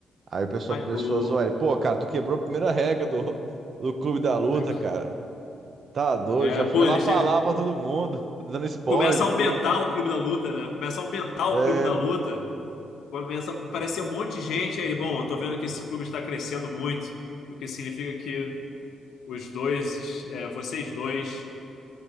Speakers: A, on the right; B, on the left.
A: Aí o pessoal
B: Mas
A: começou
B: o.
A: a zoar ele, pô, cara, tu quebrou a primeira regra do, do Clube da Luta,
B: <laughs>
A: cara. Tá doido,
B: É,
A: já
B: pô,
A: foi lá
B: ele
A: falar
B: chega.
A: pra todo mundo, <laughs> dando spoiler
B: Começa
A: do
B: a aumentar
A: filme.
B: o clube da luta, né? Começa a aumentar
A: É,
B: o clube da luta. Começa a aparecer um monte de gente. Aí ele, bom, eu tô vendo que esse clube está crescendo muito, o que significa que os dois, é, vocês dois,